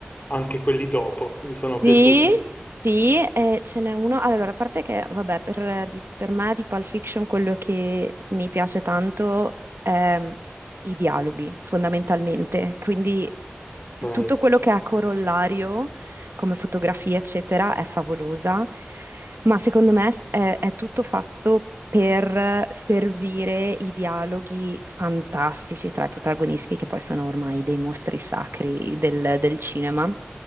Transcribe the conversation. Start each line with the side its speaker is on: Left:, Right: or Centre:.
Left: anche quelli dopo mi sono piaciuti.
Right: Sì, sì, eh, ce n'è uno. Allora, a parte che, vabbè, per, di- per me di Pulp Fiction quello che mi piace tanto è i dialoghi, fondamentalmente. Quindi
Left: Ok,
Right: tutto quello che ha corollario, come fotografia, eccetera, è favolosa. Ma secondo me s- è, è tutto fatto per servire i dialoghi fantastici tra i protagonisti, che poi sono ormai dei mostri sacri del del cinema.